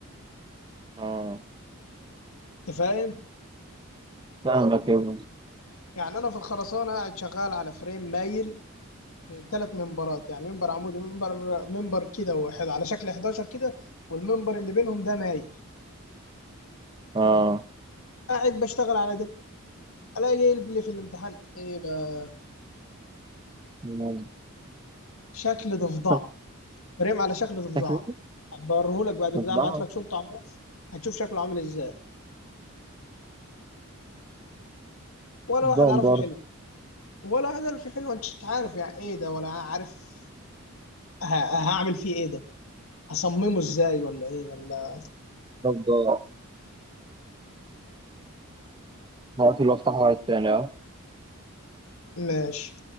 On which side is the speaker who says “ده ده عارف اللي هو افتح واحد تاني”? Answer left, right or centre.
Right